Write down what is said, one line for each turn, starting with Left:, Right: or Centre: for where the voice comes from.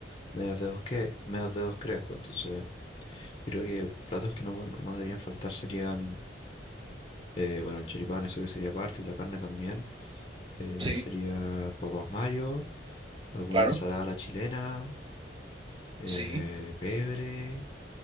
Left: medios dedos que, medios dedos crespos, entonces creo que platos que no, no no deberían faltar serían, eh, bueno, el choripán, eso que sería parte, y la carne también, eh,
Right: Sí,
Left: sería papas mayo, alguna
Right: claro,
Left: ensalada a la chilena eh,
Right: sí,
Left: pebre